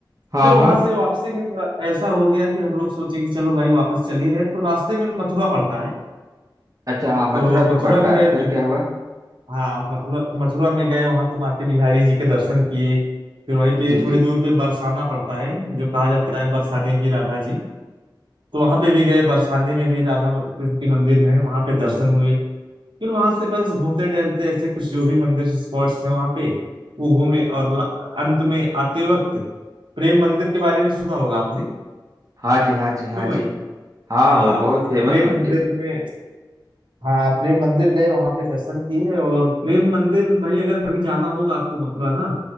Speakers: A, on the right; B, on the right.
A: हाँ
B: फिर वहां
A: हाँ
B: से वापसी में तो ऐसा हो गया कि हम लोग सोचे कि चलो भाई वापस चल ही रहे हैं, तो रास्ते में मथुरा पड़ता है
A: अच्छा हाँ मथुरा
B: तो मथुरा
A: तो पड़ता
B: भी गए
A: है फिर
B: थे
A: क्या हुआ
B: हाँ मथुरा मथुरा में गए वहां पे माता बिहारी जी के दर्शन किए फिर वहीं पे
A: जी
B: थोड़ी
A: जी
B: दूर पे बरसाना पड़ता है जो कहा जाता है बरसाने की राधा जी तो वहां पे भी गए बरसाने में भी राधा कृष्ण के मंदिर है वहां पे दर्शन हुए फिर वहां से बस घूमते टहलते ऐसे कुछ जो भी मंदिर स्पॉट्स है वहां पे वो घूमे और ला- अंत में आते वक्त प्रेम मंदिर के बारे में सुना होगा आपने
A: हाँ जी हाँ जी हाँ
B: क्यों
A: जी
B: भाई
A: हाँ
B: हाँ
A: वो बहुत फेमस
B: प्रेम
A: मंदिर
B: मंदिर
A: है
B: में हाँ प्रेम मंदिर गए वहां पे दर्शन किए और प्रेम मंदिर भाई अगर कभी जाना होगा आपको मथुरा ना